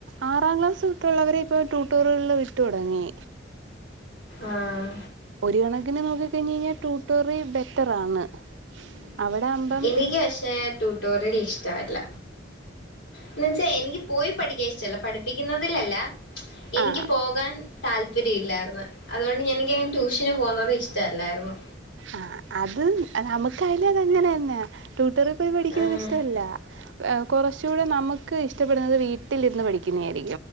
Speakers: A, on the right; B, on the left.
A: ആറാം ക്ലാസ് തൊട്ടുള്ളവരെ ഇപ്പൊ ട്യൂട്ടോറികളില് വിട്ടു തൊ ടങ്ങി
B: ആഹ
A: ഒരു കണക്കിന് നോക്കി കഴിഞ്ഞഴി ഞ്ഞാൽ ടൂട്ടോറി ബെറ്ററാണ് അവിടെ ആകുമ്പം
B: എനിക്ക് പക്ഷേ ട്യൂട്ടോറിയൽ ഇഷ്ട്ട മല്ല എന്ന വച്ചാൽ എനിക്ക് പോയി പഠിക്കാൻ ഇഷ്ടല്ലോ പഠിപ്പിക്കുന്നതിലല്ല എനിക്ക്
A: ആ
B: പോകാൻ താല്പര്യം ഇല്ലായിരുന്നു അതുകൊണ്ട് എനിക്കങ്ങനെ ട്യൂഷന് പോകുന്നത് ഇഷ്ടമല്ലായിരുന്നു
A: ആഹ് അത് നമുക്ക് അയില അതങ്ങനെന്നെയ ട്യൂട്ടറിൽ പോയി പഠിക്കുന്നത്
B: ആഹ്
A: ഇഷ്ടമല്ല കുറച്ചുകൂടെ നമുക്ക് ഇഷ്ടപ്പെടുന്നത് വീട്ടിലിരുന്ന് പഠിക്കുന്നതായിരിക്ക